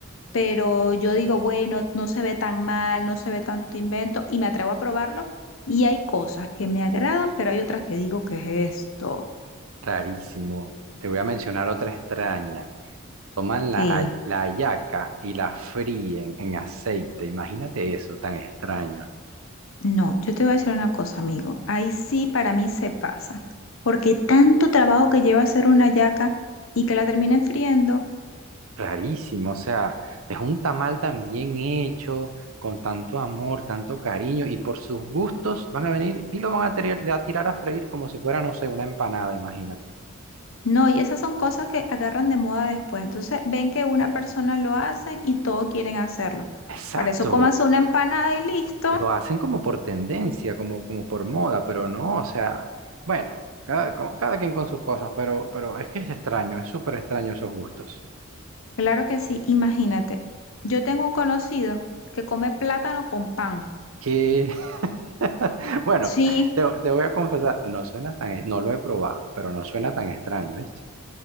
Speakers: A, on the left (about 70°); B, on the right (about 80°).
A: Pero yo digo, bueno, no se ve tan mal, no se ve tanto invento y me atrevo a probarlo. Y hay cosas que me agradan, pero hay otras que digo, ¿qué es esto?
B: Rarísimo. Te voy a mencionar otra extraña. Toman
A: ¿Qué?
B: la, hay- la hallaca y la fríen en aceite. Imagínate eso, tan extraño.
A: No, yo te voy a decir una cosa, amigo. Ahí sí para mí se pasa. Porque tanto trabajo que lleva hacer una yaca y que la terminen friendo.
B: Rarísimo. O sea, es un tamal tan bien hecho, con tanto amor, tanto cariño, y por sus gustos van a venir y lo van a tirar, a tirar a freír como si fuera, no sé, una empanada, imagínate.
A: No, y esas son cosas que agarran de moda después. Entonces ven que una persona lo hace y todos quieren hacerlo.
B: Exacto.
A: Para eso cómase una empanada y listo.
B: Lo hacen como por tendencia, como, como por moda, pero no, o sea, bueno, cada, co- cada quien con sus cosas, pero, pero es que es extraño, es súper extraño esos gustos.
A: Claro que sí, imagínate. Yo tengo un conocido que come plátano con pan.
B: Que, <laughs> bueno,
A: Sí.
B: te, te voy a confesar, no suena tan, e, no lo he probado, pero no suena tan extraño, ¿viste?